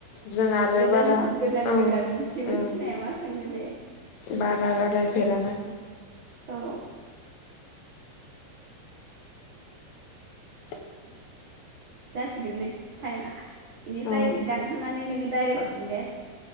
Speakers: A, on the left (about 65°); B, on the right (about 85°).
A: जों आरो बारा
B: दा गोदान
A: ओं
B: गोदान सिबो
A: औ
B: सिनाया मा सोंनो दे
A: बारा रायलायफेराना जों।
B: औ
A: <inaudible>
B: जासिगोन नै टाइमा। बेनिफ्राय
A: औ
B: दानखांनानै नोङो दायरेक हरफिन दे।